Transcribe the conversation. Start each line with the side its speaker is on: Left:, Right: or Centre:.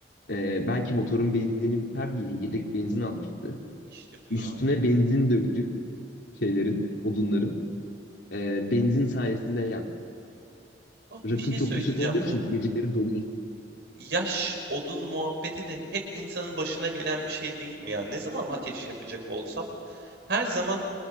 Left: e, belki motorun benzini biter diye yedek benzin almıştı.
Right: İşte bu
Left: Üstüne
Right: ya.
Left: benzin döktük şeylerin, odunların. E, benzin sayesinde yak.
Right: Abi
Left: Rakım
Right: bir şey
Left: çok
Right: söyleyeceğim.
Left: yüksek olduğu için geceleri donuyorsun.
Right: Yaş, odun muhabbeti de hep insanın başına gelen bir şey değil mi ya? Ne zaman ateş yakacak olsam her zaman